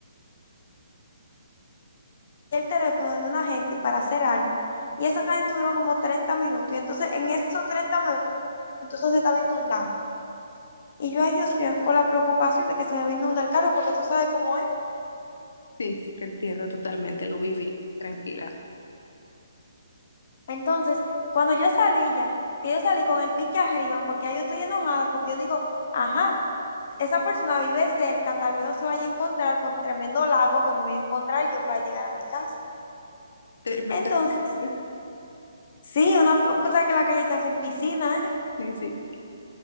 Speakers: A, on the left (about 35°); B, on the left (about 70°).
A: y el teléfono de una gente para hacer algo, y esa gente duró como 30 minutos, y entonces en esos 30 minutos eso se estaba inundando. Y yo, ay Dios mío, con la preocupación de que se me va a inundar el carro, porque tú sabes cómo es.
B: Sí, sí, te entiendo totalmente, lo viví, tranquila.
A: Entonces, cuando yo salí ya, que yo salí con el pique arriba, porque ahí yo estoy enojada, porque yo digo, ajá, esa persona vive cerca, tal vez no se vaya a encontrar con tremendo lago que me voy a encontrar yo para llegar a mi casa.
B: Tremenda
A: Entonces,
B: piscina. <laughs>
A: sí, una cosa que la calle se hace en piscina, ¿eh?
B: Sí, sí.